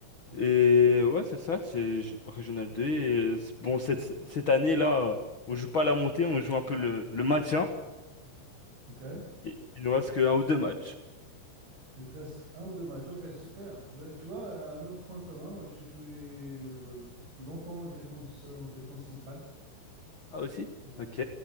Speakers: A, on the right (about 70°); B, on the left (about 65°).
A: Ok.
B: Et ouais, c'est ça, c'est j- régional 2. Et, euh, c'est- bon, cette, cette année-là, euh, on joue pas la montée, on joue un peu le, le maintien.
A: Ok.
B: Et il nous reste qu'un ou deux matchs.
A: Il te reste un ou deux matchs. Ok, super. Bah, tu vois, euh, un autre point commun, moi, j'ai joué euh, longtemps en défense, en défense centrale.
B: Ah, aussi?
A: Ouais.
B: Ok.